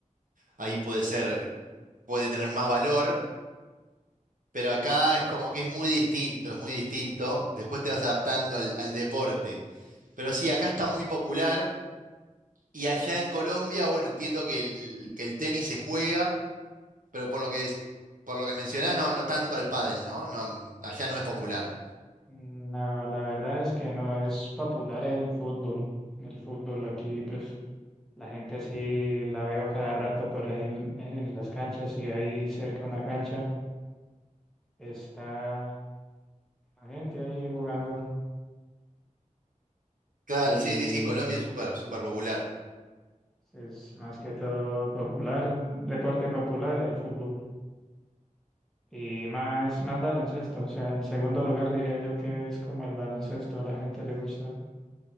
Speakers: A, on the right (about 85°); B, in the centre.
A: ahí puede ser, puede tener más valor, pero acá es como que es muy distinto, es muy distinto. Después te vas adaptando al, al deporte. Pero sí, acá está muy popular y allá en Colombia, bueno, entiendo que el, que el tenis se juega, pero por lo que es, por lo que mencionás, no, no tanto al pádel, ¿no? No, allá no es popular.
B: Mm, No, la verdad es que no es popular el fútbol. El fútbol aquí, pues la gente sí la veo cada rato por ahí en, en las canchas y ahí cerca de una cancha está la gente ahí jugando
A: Claro,
B: y
A: sí, sí, sí, en Colombia es súper, súper popular.
B: es más que todo popular, deporte popular el fútbol. Y más, más baloncesto, o sea, en segundo lugar diría yo que es como el baloncesto, a la gente le gusta.